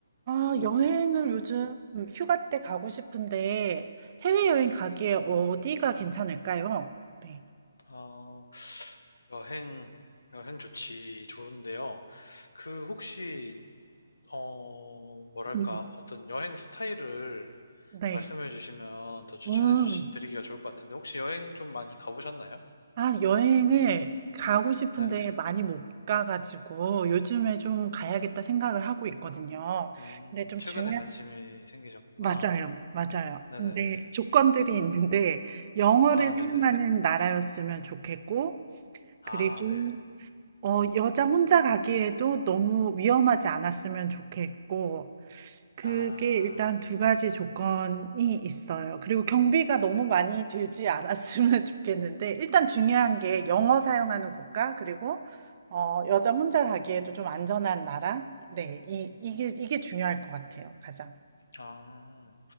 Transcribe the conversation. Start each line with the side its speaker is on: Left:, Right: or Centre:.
Right: 아, 여행을 요즘 휴가 때 가고 싶은데 해외여행 가기에 어디가 괜찮을까요? 네.
Left: 어, 여행, 여행 좋지, 좋은데요. 그, 혹시, 어, 뭐랄까,
Right: 음.
Left: 어떤 여행 스타일을
Right: 네.
Left: 말씀해 주시면 더 추천해
Right: 음.
Left: 주시, 드리기가 좋을 것 같은데, 혹시 여행 좀 많이 가보셨나요?
Right: 아, 여행을 가고 싶은데
Left: 네네.
Right: 많이 못 가가지고 요즘에 좀 가야겠다 생각을 하고 있거든요.
Left: 음,
Right: 근데 좀
Left: 최근에
Right: 중요한,
Left: 관심이 생기셨구나.
Right: 맞아요. 맞아요.
Left: 네네네.
Right: 근데 조건들이 있는데 영어를
Left: 아,
Right: 사용하는
Left: 네네.
Right: 나라였으면 좋겠고,
Left: 아,
Right: 그리고
Left: 네.
Right: 어, 여자 혼자 가기에도 너무 위험하지 않았으면 좋겠고, 그게
Left: 아,
Right: 일단 두 가지 조건이 있어요. 그리고 경비가 너무 많이 들지 않았으면 <laughs> 좋겠는데, 일단 중요한 게
Left: 음,
Right: 영어 사용하는 국가, 그리고, 어, 여자 혼자 가기에도 좀 안전한 나라. 네, 이, 이게, 이게 중요할 것 같아요, 가장.
Left: 아,